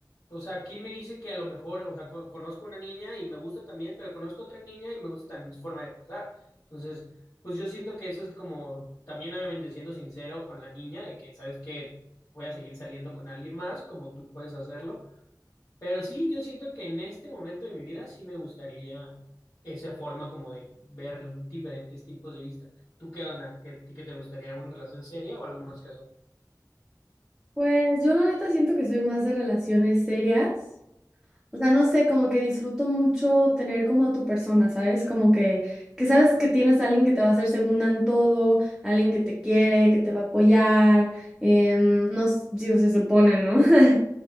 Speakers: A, on the left; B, in the centre.
A: o sea, ¿quién me dice que a lo mejor, o sea, co- conozco una niña y me gusta también, pero conozco otra niña y me gusta también su forma de pensar? Entonces, pues yo siento que eso es como, también obviamente siendo sincero con la niña, de que sabes que voy a seguir saliendo con alguien más, como tú puedes hacerlo. Pero sí, yo siento que en este momento de mi vida sí me gustaría esa forma como de ver diferentes tipos de vista. ¿Tú qué onda? ¿Qué, qué te gustaría? ¿Una relación seria o algo más casual?
B: Pues yo la neta siento que soy más de relaciones serias. O sea, no sé, como que disfruto mucho tener como a tu persona, ¿sabes? Como que, que sabes que tienes a alguien que te va a hacer segunda en todo, alguien que te quiere, que te va a apoyar, em, no, s- digo, se supone, ¿no? <laughs>